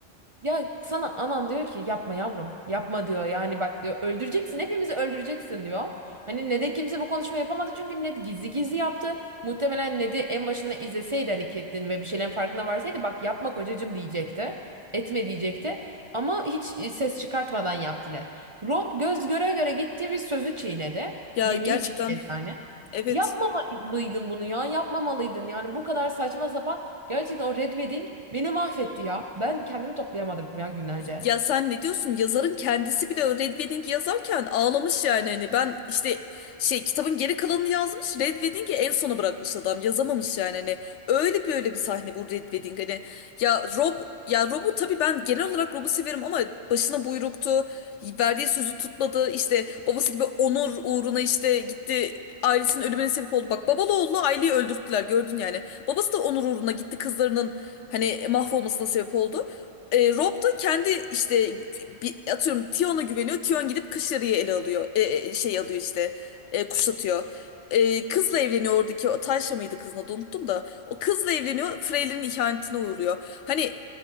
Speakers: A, on the right (about 35°); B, on the left (about 75°).
A: Ya sana anan diyor ki yapma yavrum. Yapma diyor. Yani bak diyor öldüreceksin hepimizi öldüreceksin diyor. Hani ne kimse bu konuşma yapamadı çünkü Ned gizli gizli yaptı. Muhtemelen Ned'i en başında izleseydi hani Catelyn ve bir şeylerin farkına varsaydı bak yapma kocacığım diyecekti. Etme diyecekti. Ama hiç e, ses çıkartmadan yaptı Ned. Rob göz göre göre gitti ve sözü çiğnedi.
B: Ya
A: Yemini
B: gerçekten
A: çiğnedi yani.
B: evet.
A: Yapmamalıydın bunu ya. Yapmamalıydın. Yani bu kadar saçma sapan. Gerçekten o Red Wedding beni mahvetti ya. Ben kendimi toplayamadım ya günlerce.
B: Ya sen ne diyorsun? Yazarın kendisi bile o Red Wedding'i yazarken ağlamış yani. Hani ben işte şey kitabın geri kalanını yazmış. Red Wedding'i en sona bırakmış adam. Yazamamış yani. Hani öyle bir öyle bir sahne bu Red Wedding. Hani ya Rob ya Rob'u tabii ben genel olarak Rob'u severim ama başına buyruktu. Verdiği sözü tutmadı. İşte babası gibi onur uğruna işte gitti ailesinin ölümüne sebep oldu. Bak babalı oğlu aileyi öldürttüler gördün yani. Babası da onur uğruna gitti kızlarının hani mahvolmasına sebep oldu. E, Rob da kendi işte bir, atıyorum Tion'a güveniyor. Tion gidip Kışlari'yi ele alıyor. E, e, şey alıyor işte. E, kuşatıyor. E, kızla evleniyor oradaki o Tayşa mıydı kızın adı unuttum da. O kızla evleniyor. Freyler'in ihanetine uğruyor. Hani